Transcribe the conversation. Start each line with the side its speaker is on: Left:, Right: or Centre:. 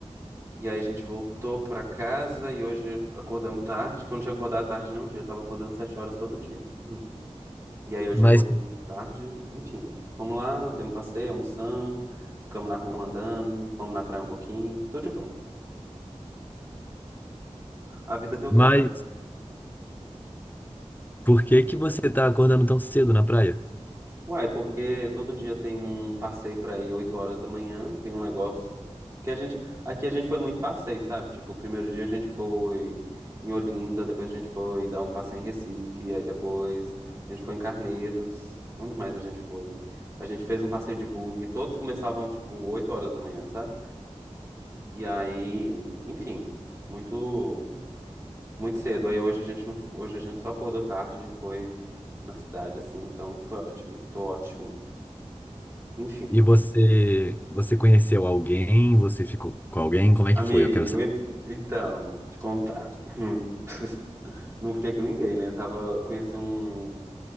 Right: E aí a gente voltou pra casa e hoje acordamos tarde, que eu não tinha acordado tarde nenhum dia, eu tava acordando sete horas todo dia. Hum. E aí hoje
Left: mas,
Right: eu acordei tarde, enfim. Fomos lá, demos um passeio, almoçamos, ficamos na rua andando, fomos na praia um pouquinho, tudo de bom. A vida que eu
Left: mas
Right: quero.
Left: por que que você tá acordando tão cedo na praia?
Right: Uai, porque todo dia tem um passeio pra ir 8 horas da manhã, tem um negócio. Porque a gente. Aqui a gente foi muito passeio, sabe? Tipo, o primeiro dia a gente foi em Olinda, depois a gente foi dar um passeio em Recife, aí depois a gente foi em Carneiros. Onde mais a gente foi? A gente fez um passeio de bug, todos começavam, tipo, 8 horas da manhã, sabe? E aí, enfim, muito, muito cedo. Aí hoje a gente não, hoje a gente só acordou tarde e foi na cidade, assim, então foi ótimo, tô ótimo. Enfim.
Left: E você, você conheceu alguém? Você ficou com alguém? Como é
Right: Amigo,
Left: que foi? Eu quero saber.
Right: en- então, te contar. Hum. <laughs> Não fiquei com ninguém, né? Tava, conheci um,